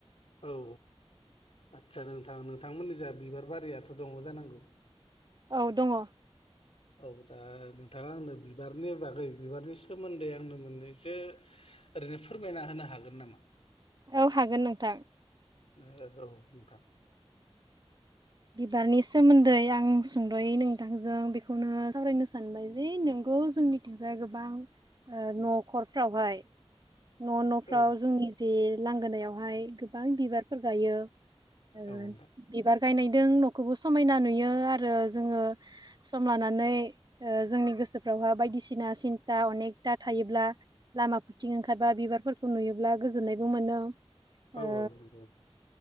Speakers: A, on the left; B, on the right.
A: औ आदसा दे नोंथां नोंथांमोननि जाय बिबार बारियाथ' दङ जानांगौ।
B: औ दङ'।
A: औ दा नोंथाङा आंनो बिबारनि बागै बिबारनि सोमोन्दै आंनो मोननैसो ओरैनो फोरमायना होनो हागोन नामा?
B: औ हागोन नोंथां।
A: औ नोंथां।
B: बिबारनि सोमोन्दै आं सुंद'यै नोंथांजों बेखौनो सावरायनो सान सानबाय जे नोंगौ जोंनिथिंजाय गोबां ओ न'खरफ्रावहाय न' न'फ्राव
A: औ
B: जोंनि जे लांगोनायावहाय गोबां बिबारफोर गायो। ओ
A: औ नोंथां
B: बिबार गायनायदों न'खौबो समायना नुयो आरो जोङो। सम लानानै ओ जोंनि गोसोफ्रावहा बायदिसिना सिन्था अनेकथा थायोब्ला। लामाफोरथिं ओंखारबा बिबारफोरखौ नुयोब्ला गोजोननायबो मोनो।
A: औ
B: ओ
A: औ औ <unintelligible>